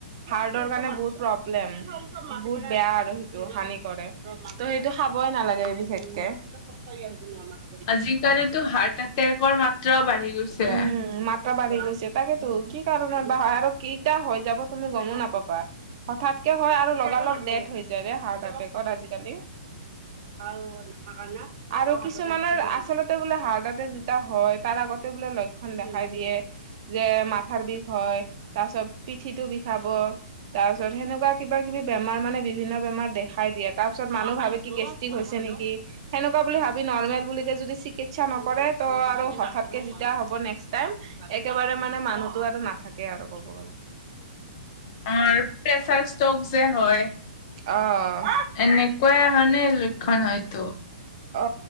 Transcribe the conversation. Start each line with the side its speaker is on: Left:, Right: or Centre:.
Right: হাৰ্টৰ কাৰণে বহুত্ ্ম বহুত বেয়া আৰু সেইটো হানি কৰে ত' সেইটো খাবই নালাগে বিশেষকে ন
Left: আজিকালিতো হাৰ্ট এটেকৰ মাত্ৰাও বাঢ়ি গৈছে
Right: উম, মাত্ৰা বাঢ়ি গৈছে তাকেতো কি কাৰণত বাহ আৰু কেইটা হৈ যাব তুমি গমো নাপা হঠাৎকে হয় আৰু লগালগ নেট হৈ যায় হাৰ্ট এটেকত আজিকালি অ হ ন আৰু কিছুমানৰ আচলতে বোলে হাৰ্ট এটেক যেতিয়া হয় তাৰ আগতে বোলে লক্ষণ দেখাই দিয়ে যে মাথাৰ বিষ হয় তাৰ পিছত পিঠিটো বিষাব তাৰ পিছত সেনেকুৱা কিবা কিবি বেমাৰ মানে বিভিন্ন বেমাৰ দেখাই দিয়ে তাৰ পিছত মানুহ ভাবে কি গেষ্টিক হৈছে নেকি সেনেকুৱা বুলি ভাবি নৰ্মেল বুলিতে যদি চিকিৎসা নকৰে ত' আৰু হঠাৎকে যেতিয়া হ'ব নেক্স টাইম একেবাৰে মানে মানুহতো নাথাকে আৰু ক'ব গলে
Left: অ প্ৰেছাৰ ষ্ট্ৰক যে হয়
Right: অ
Left: এনেকুৱা হয়নে লক্ষণ হয়তো
Right: অ